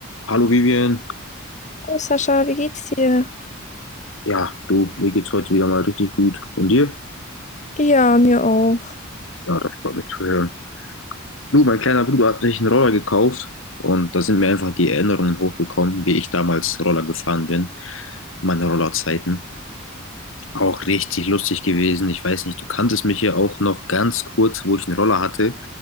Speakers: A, on the left; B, on the left.
A: Hallo Vivian,
B: Hallo Sascha, wie geht's dir?
A: ja, du, mir geht's heute wieder mal richtig gut. Und dir?
B: Ja, mir auch.
A: Ja, das freut mich zu hören. Du, mein kleiner Bruder hat sich einen Roller gekauft und da sind mir einfach die Erinnerungen hochgekommen, wie ich damals Roller gefahren bin, meine Rollerzeiten. Auch richtig lustig gewesen. Ich weiß nicht, du kanntest mich ja auch noch ganz kurz, wo ich einen Roller hatte,